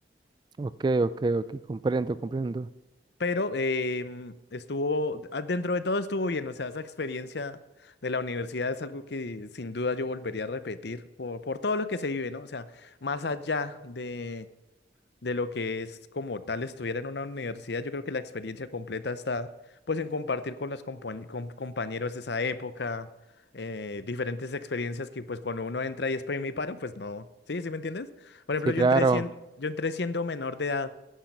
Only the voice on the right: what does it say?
Ok, ok, ok, comprendo, comprendo.
Sí,
claro.